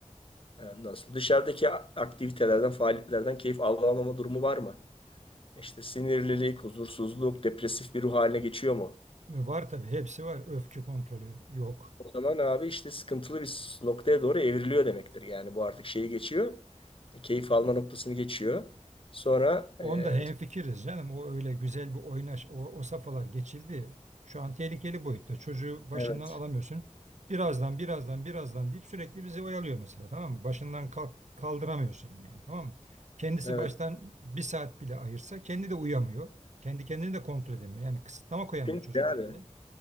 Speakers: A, on the left; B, on the right.
A: Ondan sonra dışarıdaki aktivitelerden, faaliyetlerden keyif alamama durumu var mı? İşte sinirlilik, huzursuzluk, depresif bir ruh haline geçiyor mu?
B: E, Var tabii hepsi var. Öfke kontrolü yok.
A: O zaman abi işte sıkıntılı bir noktaya doğru evriliyor demektir. Yani bu artık şeyi geçiyor. e, Keyif alma noktasını geçiyor. Sonra
B: Onda
A: e,
B: hemfikiriz canım. O öyle güzel bir oynaş, o, o safhalar geçildi. Şu an tehlikeli boyutta. Çocuğu başından
A: evet,
B: alamıyorsun. Birazdan, birazdan, birazdan deyip sürekli bizi oyalıyor mesela. Tamam mı? Başından kalk, kaldıramıyorsun yani. Tamam mı? Kendisi
A: evet.
B: baştan bir saat bile ayırsa kendi de uyamıyor. Kendi kendini de kontrol edemiyor. Yani kısıtlama koyamıyor
A: Çünkü
B: çocuk
A: abi
B: kendini.